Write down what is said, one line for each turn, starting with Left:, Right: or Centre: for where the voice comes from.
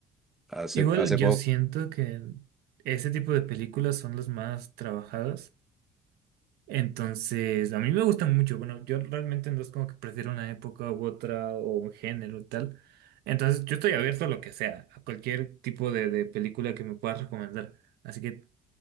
Centre: hace,
Right: Igual
Centre: hace
Right: yo
Centre: poco.
Right: siento que ese tipo de películas son las más trabajadas. Entonces, a mí me gustan mucho. Bueno, yo realmente no es como que prefiero una época u otra o un género y tal. Entonces, yo estoy abierto a lo que sea, a cualquier tipo de, de película que me puedas recomendar. Así que